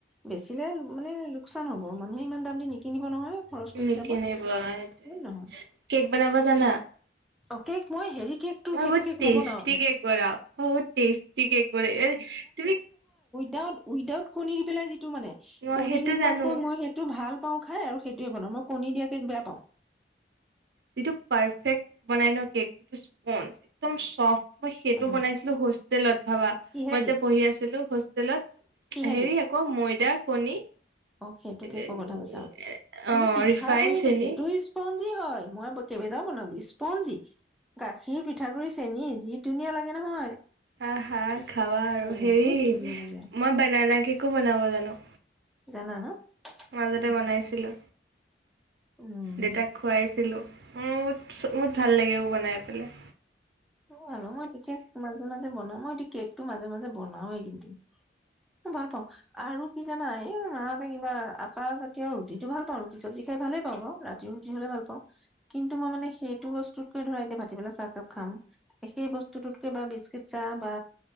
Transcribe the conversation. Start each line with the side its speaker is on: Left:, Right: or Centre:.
Centre: বেচিলে মানে লোকচান হ'ব, মানুহে ইমান দাম নিকিনিব নহয়। খৰচটো
Right: <unintelligible>
Centre: হিচাপত হয় নহয়
Right: কেক বনাব জানা?
Centre: অ কেক মই হেৰি কেকটো
Right: মই
Centre: সেইটো
Right: বহুত
Centre: কেক
Right: টেষ্টি
Centre: নবনাও
Right: কেক বনাওঁ, বহুত টেষ্টি কেক বনাওঁ তুমি
Centre: দাউত উইদাউত কণী দি পেলাই যেত টো মানে,
Right: মই
Centre: কণী
Right: সেইটো
Centre: নোহোৱাকৈ
Right: জানো
Centre: মই সেইটো ভাল পাওঁ খাই আৰু সেইটোৱে বনাওঁ, মই কণী দিয়া কেক বেয়া পাওঁ।
Right: যিটো পাৰফেক্ট বনাই ন' কেক, স্পন একদম চফ্ট। মই সেইটো
Centre: অ
Right: বনাইছিলো হোচ টেলত ভাবা মই
Centre: কিহেদি
Right: যেতিয়া পঢ়ি আছিলো হোষ্টেলত
Centre: কিহেদি
Right: হেৰি আকৌ ময়দাক কণী
Centre: অ', সেইটোকে
Right: অ'
Centre: কেকৰ কথা কৈছা কিন্তু পিঠাগুৰি
Right: ৰিফাইন চেনি
Centre: দেই সেইটো স্প কি হয় মই বতিবেডাও বনাবিছ পঞ্জিত গাখীৰ পিঠাগুৰি চেনী যি ধুনীয়া লাগে নহয়।
Right: হা, হা খাৱা আৰু
Centre: বহুত
Right: হেৰি
Centre: ধুনীয়া লাগে
Right: মই বনানা কেক কো বনাব জানো।
Centre: জানা না
Right: মাজতে
Centre: উম।
Right: বনাইছিলো
Centre: উম
Right: দেউতাক খুৱাইছিলো। উমথ বহুত ভাল লাগে বনাই পেলাই।
Centre: অ', আৰু মই বিশেষ মাজে মাজে বনাওঁ। মই এই কেক টো মাজে মাজে বনাওঁৱেই কিন্তু ভাল পাওঁ আৰু কি জানা এই মতে কিবা আটা জাতীয় ৰুটিটো ভাল পাওঁ ৰুটি চব্জি খাই ভালেই পাওঁ বাৰু ৰাতি ৰুটি হ'লে ভাল পাওঁ কিন্তু মই মানে সেইটো বস্তুতকৈ ধৰা এতিয়া ভাটি বেলা চাহকাপ খাম সেই বস্তুতটোতকে বা বিস্কুট চাহ বা